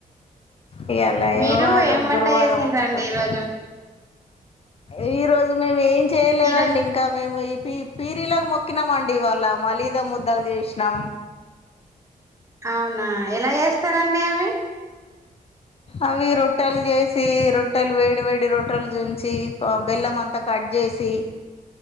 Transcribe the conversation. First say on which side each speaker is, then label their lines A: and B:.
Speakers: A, on the left; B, on the right.
A: ఇయాలా ఏ
B: మీరు
A: వారం
B: ఏం వంట
A: గురువారం
B: చేసిండ్రండి
A: ఒక్కపొద్దు
B: ఈరోజు
A: ఈ రోజు మేము ఏం చేయలేదండి
B: ఈరో
A: ఇంకా మేము ప పీరీలాలకు మొక్కినాం అండి ఇవాల మలీదా ముద్దలు జేష్నాం
B: అవునా ఎలా ఏస్తారండి అవి
A: అవి రొట్టెలు జేసి రొట్టెలు వేడి వేడి రొట్టెలు జుంచి బెల్లం అంతా కడ్ జేసి